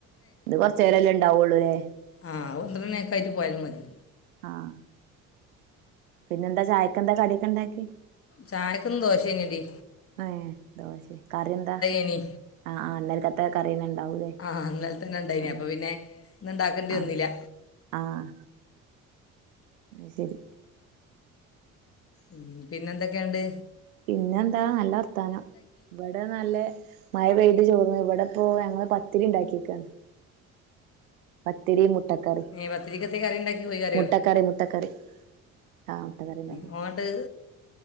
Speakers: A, on the right (about 80°); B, on the left (about 35°).
A: ഇത് കൊറചേരെല്ലേ ഉണ്ടാവുള്ളൂല്ലേ
B: ആഹ് അത് പന്ത്രണ്ട് മണി ഒക്കെ ആയിട്ട് പോയാലും മതി
A: ആഹ് പിന്നെന്താ ചായക്കെന്താ കടിയൊക്കെ ഇണ്ടാക്കി
B: ചായക്ന്ന് ദോശേ നടി
A: ഏഹ് ദോശെ കറി എന്താ
B: ഇനി
A: ആഹ് ആഹ് ഇന്നലക്കത്തെ കറിയന ഇണ്ടാവൂല്ലേ
B: ആ ഇന്നലെ തന്നെ ഉണ്ടായിനി
A: ആഹ്
B: അപ്പോൾ പിന്നെ ഇന്ന് ഉണ്ടാക്കേണ്ടി
A: ആഹ്
B: വന്നില്ല
A: ആഹ് അയ്ശരി
B: ഉം പിന്നെ എന്തക്കെയണ്ട്
A: പിന്നെ എന്താ നല്ല വർത്താനം ഇവടെ നല്ല മഴ പെയ്തി ചോർന്നു ഇവിടെപ്പോ ഞങ്ങള് പത്തിരി ഇണ്ടാക്കിക്കാണ് പത്തിരി മുട്ടക്കറി
B: ഏ പത്തിരിക്കത്തെ കറി ഉണ്ടാക്കി പോയി കറിയോ
A: മുട്ടക്കറി മുട്ടക്കറി ആഹ് മുട്ടക്കറി ഇണ്ടാക്കി
B: അങ്ങോട്ട്